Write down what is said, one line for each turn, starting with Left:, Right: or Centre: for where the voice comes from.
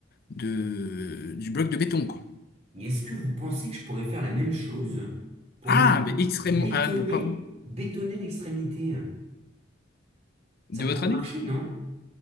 Left: de, du bloc de béton, quoi.
Right: Mais est-ce que vous pensez que je pourrais faire la même chose pour
Left: Ah,
Right: me faire
Left: mais extrêmement.
Right: bétonner,
Left: Ah, bah, pardon.
Right: bétonner l'extrémité?
Left: De
Right: Ça pourrait
Left: votre anus?
Right: marcher, non?